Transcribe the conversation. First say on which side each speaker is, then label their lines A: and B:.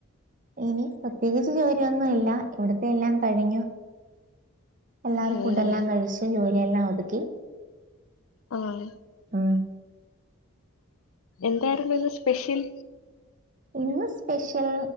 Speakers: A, on the right; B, on the left.
A: ഇനി പ്രത്യേകിച്ച് ജോലിയൊന്നുല്ല ഇവിടത്തെ എല്ലാം കഴിഞ്ഞു എല്ലാവരും
B: ഉം
A: ഫുഡ് എല്ലാം കഴിച്ച് ജോലിയെല്ലാം ഒതുക്കി
B: ആണ്
A: ഉം.
B: എന്തായ്ര്ന്നു ഇന്ന് സ്പെഷ്യെൽ?
A: ഇന്ന് സ്പെഷ്യെൽ